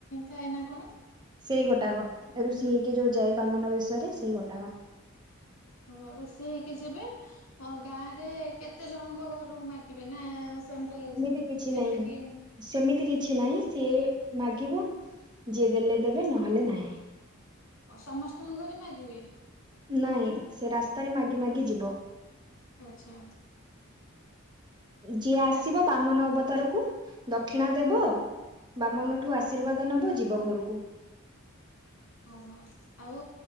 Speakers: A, on the left; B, on the right.
A: ଥାଏ ନା କଣ?
B: ସେଇ ଗୋଟାକ ଋଷି ହେଇକି ଯୋଉ ଯାଏ ବାମନ ବେଶରେ ସେଇ ଗୋଟାକ।
A: ଓ ଋଷି ହେଇକି ଯିବେ ହଁ ଗାଁରେ କେତେ ଜଣଙ୍କ ଘରୁ ମାଗିବେ ନା ଯେମିତି
B: ଏମିତି କିଛି
A: ଯେତିକି
B: ନାହିଁ। ସେମିତି କିଛି ନାହିଁ ସିଏ ମାଗିବ ଯିଏ ଦେଲେ ଦେବେ ନହେଲେ ନାହିଁ।
A: ଓ ସମସ୍ତଙ୍କ ଘରେ ମାଗିବେ?
B: ନାଇଁ ସେ ରାସ୍ତାରେ ମାଗି ମାଗି ଯିବ।
A: ଆଚ୍ଛା।
B: ଯିଏ ଆସିବ
A: ରା
B: ବାମନ ଅବତାରକୁ ଦକ୍ଷିଣା
A: ଆଜ୍ଞା
B: ଦେବ ବାମନଠୁ ଆଶୀର୍ବାଦ ନବ ଯିବ ଘରୁକୁ।
A: ଓହୋ। ଆଉ